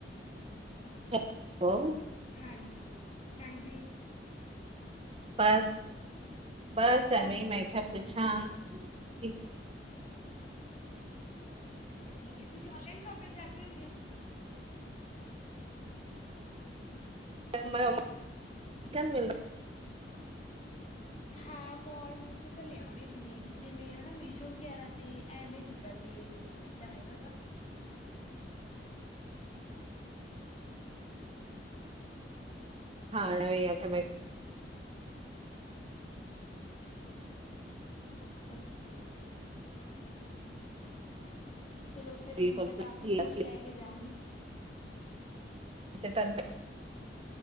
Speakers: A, on the right; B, on the left.
A: ਸਭ
B: ਹਾਂਜੀ ਹਾਂਜੀ
A: ਬਸ ਬਸ
B: ਤਾਂ
A: ਅਵੇਂ ਮੈਂ ਕਿਹਾ ਪੁੱਛਾਂ
B: ਹਾਂਜੀ
A: ਠੀ
B: ਅੱਛਾ ਠੀਕ ਹੈ ਤੁਸੀਂ ਔਲਾਈਨ ਸ਼ੋਪਿੰਗ ਕਰਦੇ ਹੁੰਦੇ ਹੋ।
A: ਚਿਕਨ ਮਿਲਦਾ
B: ਹਾਂ ਮੋਲ ਮੂਲ ਚ ਤਾਂ ਲਿਆਉਣੇ ਹੀ ਹੁੰਦੇ ਆ ਜੀ ਜਿਵੇਂ ਹਨਾ ਮੀਸ਼ੋ ਵਗੈਰਾ ਤੇ ਐਵੇਂ ਨੀ ਕਦੇ ਬੁੱਕ ਕੀਤਾ ਹੈਗਾ ਗਾ।
A: ਹਾਂ ਨਵ ਤਾਂ ਮ
B: ਅੱਛਾ ਜੀ ਚਲੋ ਫੇਿਰ
A: ਜੀ
B: ਹੁਣ
A: ਕੋਲ
B: ਤਾਂ
A: ਪੁੱਛੀ
B: ਕਾਫ਼ੀ ਛੂਟ
A: ਅਸੀਂ
B: ਲੈ ਕੇ ਜਾਉਂਗੀ।
A: ਤ